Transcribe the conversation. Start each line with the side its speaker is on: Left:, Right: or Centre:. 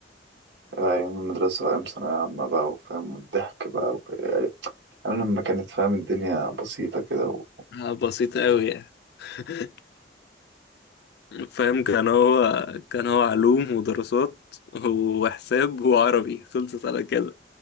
Right: آه، أيام المدرسة وأيام ثانوية عامة بقى وفاهم والضحك بقى وك- يعني أيام لما كانت فاهم الدنيا بسيطة كده و-
Left: آه، بسيطة قوي يعني <laughs> فاهم كان هو كان هو علوم ودراسات وحساب وعربي خلصت على كده